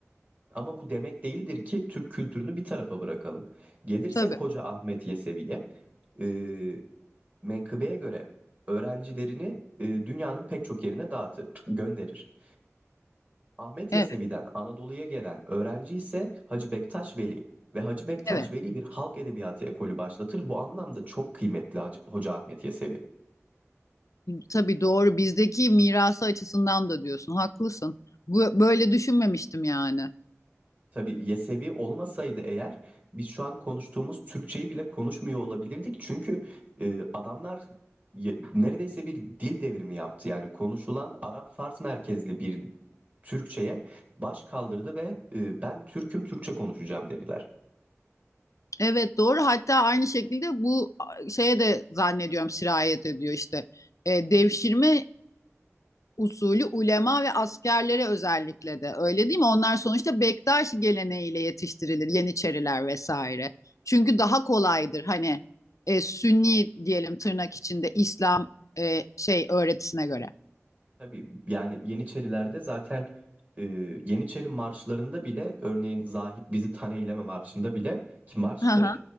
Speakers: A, on the right (about 30°); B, on the left (about 90°).
A: ama bu demek değildir ki Türk kültürünü bir tarafa bırakalım. Gelirsek
B: Tabii.
A: Hoca Ahmet Yesevi'ye, e, menkıbeye göre öğrencilerini e, dünyanın pek çok yerine dağıtır, gönderir. Ahmet
B: Evet,
A: Yesevi'den Anadolu'ya gelen öğrenci ise Hacı Bektaş Veli ve Hacı Bektaş
B: evet.
A: Veli bir halk edebiyatı ekolü başlatır. Bu anlamda çok kıymetli Hacı- Hoca Ahmet Yesevi.
B: Tabii doğru. Bizdeki mirası açısından da diyorsun. Haklısın. Bu, böyle düşünmemiştim yani.
A: Tabii Yesevi olmasaydı eğer biz şu an konuştuğumuz Türkçeyi bile konuşmuyor olabilirdik. Çünkü e, adamlar ye- neredeyse bir dil devrimi yaptı. Yani konuşulan Arap-Fars merkezli bir Türkçeye baş kaldırdı ve e, ben Türk'üm Türkçe konuşacağım dediler.
B: Evet doğru. Hatta aynı şekilde bu şeye de zannediyorum sirayet ediyor işte. E, devşirme usulü ulema ve askerlere özellikle de öyle değil mi? Onlar sonuçta bektaşi geleneğiyle yetiştirilir. Yeniçeriler vesaire. Çünkü daha kolaydır hani e, Sünni diyelim tırnak içinde İslam e, şey öğretisine göre.
A: Tabii yani Yeniçerilerde zaten e, Yeniçeri marşlarında bile örneğin Zahit Bizi Taneyleme marşında bile ki marştır
B: Hı hı,